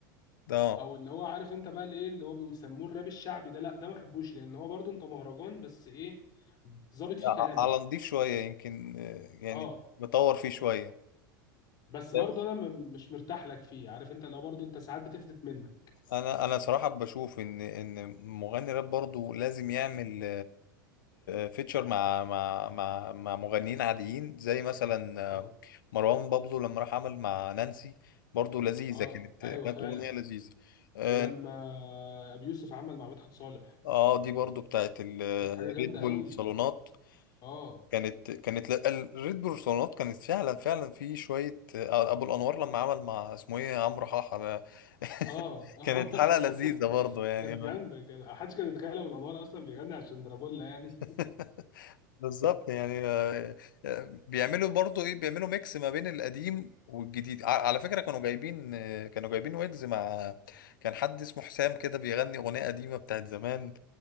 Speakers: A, on the left; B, on the left.
A: ده
B: او اللي هو عارف انت بقى اللي ايه اللي هو بيسموه الراب الشعبي ده لا ده ما بحبوش لان هو برضو انت مهرجان بس ايه ظابط فيه
A: ع-
B: كلامك
A: على نضيف شوية يمكن آه، يعني
B: اه
A: مطور فيه شوية
B: بس
A: لا،
B: برضه انا م- مش مرتاح لك فيه عارف انت لو برضه انت ساعات بتفلت منك
A: انا انا صراحة بشوف ان ان مغني راب برضو لازم يعمل فيتشر مع مع مع مع مغنيين عاديين زي مثلا
B: اه
A: آه، مروان بابلو لما راح عمل مع نانسي برضو لذيذة
B: اه
A: كانت
B: ايوه
A: كانت
B: فعلا
A: أغنية لذيذة اه
B: ولما ابي يوسف عمل مع مدحت صالح
A: آه، دي برضو بتاعت الريد
B: كانت حاجه جامده
A: بول
B: قوي
A: صالونات
B: اه
A: كانت كانت لا- الريد بيرسونات كانت فعلا فعلا في شويه آه، ابو الانوار لما عمل مع اسمه ايه عمرو حاحه ده <laughs>
B: اه <laughs>
A: كانت حلقه لذيذه برضه يعني
B: كانت جامده كان محدش كان يتخيل ابو الانوار اصلا بيغني عشان درابولا يعني
A: <laughs> بالظبط يعني آه، آه، بيعملوا برضو ايه بيعملوا ميكس ما بين القديم والجديد ع- على فكرة كانوا جايبين آه، كانوا جايبين ويجز مع كان حد اسمه حسام كده بيغني أغنية قديمة بتاعت زمان ما